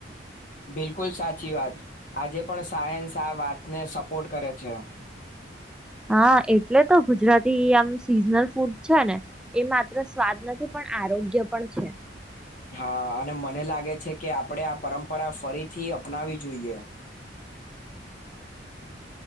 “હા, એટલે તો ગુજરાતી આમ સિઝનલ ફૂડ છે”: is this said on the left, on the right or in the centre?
Centre